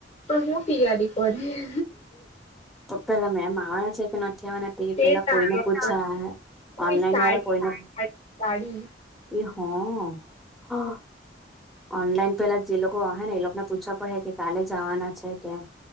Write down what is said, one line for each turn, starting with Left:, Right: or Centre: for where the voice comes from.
Left: હ હું તયારી કરી
Centre: પપેલા મે મા આવેવા શ ન નથીવાના એ
Left: તે
Centre: પેલા
Left: જાણવા
Centre: કોઈને પૂછા ઓનલાઈન
Left: સાડી
Centre: વાળા કોઈને
Left: સાડી
Centre: એ હો હો. ઓનલાઈન પેલા જે લોકો હ ને એ લોકોને પૂછવા પડે કે કાલે જવાના છે કેમ.